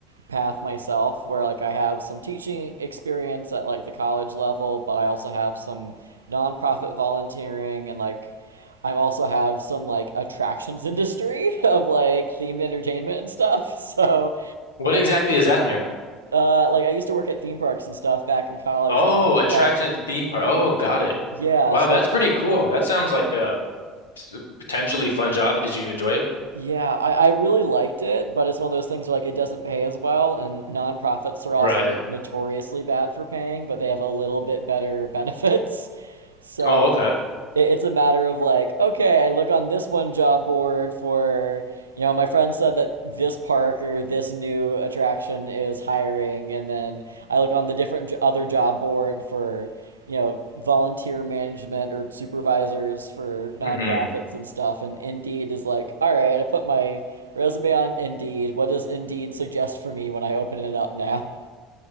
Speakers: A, on the right; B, on the left.
A: path myself where like I have some teaching experience at like the college level, but I also have some nonprofit volunteering and like I also have some like attractions industry <laughs> of like themed entertainment and stuff. <laughs> So
B: What exactly is that, man?
A: Uh, like I used to work at theme parks and stuff back in college.
B: Oh,
A: and I still
B: attraction
A: got
B: to theme park. Oh, got it.
A: yeah,
B: Wow,
A: so
B: that's pretty cool. That sounds like a p- potentially fun job. Did you enjoy it?
A: yeah, I, I really liked it, but it's one of those things where like it doesn't pay as well, and nonprofits are also
B: Right.
A: notoriously bad for paying, but they have a little bit better <laughs> benefits. So
B: Oh, okay.
A: It's a matter of like, okay, I look on this one job board for, you know, my friend said that this park or this new attraction is hiring, and then I look on the different j- other job board for, you know, volunteer management or supervisors for nonprofits
B: hmm
A: and stuff, and Indeed is like, all right, I put my resume on Indeed. What does Indeed suggest for me when I open it up now?